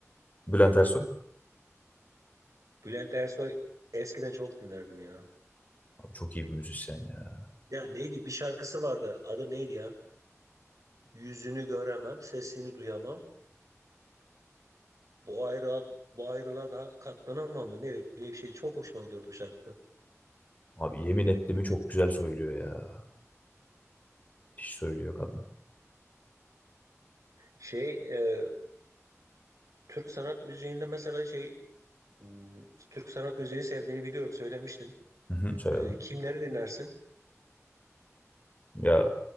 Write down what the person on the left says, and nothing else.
Bülent Ersoy.
Abi çok iyi bir müzisyen ya.
Abi yemin ettiğimi çok güzel söylüyor ya. Hiç söylüyor kadın.
Hı hı, söyledim.
Ya